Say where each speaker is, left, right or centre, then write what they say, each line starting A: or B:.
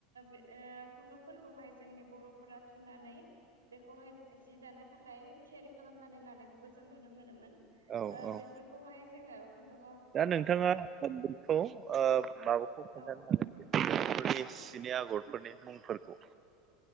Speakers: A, on the right; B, on the right.
A: बे खुन्दुंफोरखौहाय जोंनि बर'फोरा थुननानै बेखौहाय जि दानो थाखाय थियारि खालामनानै लानायखौबो जों नुनो मोनोमोन
B: औ औ
A: बेफोरखौहाय जोङो खुन्दुाव
B: दा नोंथाङाखौ माबाखौ खोन्थानो
A: औ
B: हागोन फोरनि सिनि आगरफोरनि मुंफोरखौ